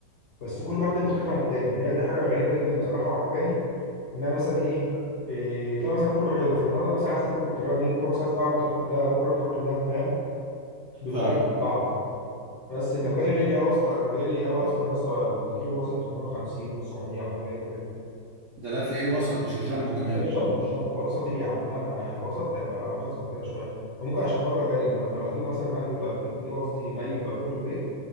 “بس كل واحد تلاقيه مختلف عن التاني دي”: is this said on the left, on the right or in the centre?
Left